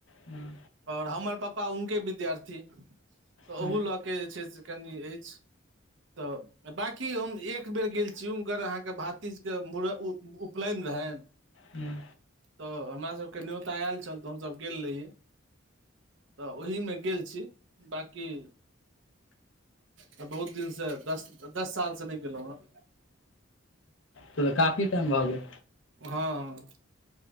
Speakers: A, on the left; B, on the right.
A: हँ
B: और हम्मर पापा उनके बिद्यार्थी तऽ
A: हँ
B: ओहू लऽ कऽ जे छै से कनि अइछ तऽ बाँकी हम एक एक बेर गेल छी हुनकर अहाँके भारती जी के मुरन उ उपनयन रहैन
A: हँ
B: तऽ हमरा सभके न्योता आयल छल तऽ हमसभ गेल रहियै तऽ ओहिमे गेल छी बाँकी तऽ बहुत दिनसँ दस दस साल स नहि गेलहुँ हेँ
A: तोऽ काफी टाइम भऽ गेले
B: हँ,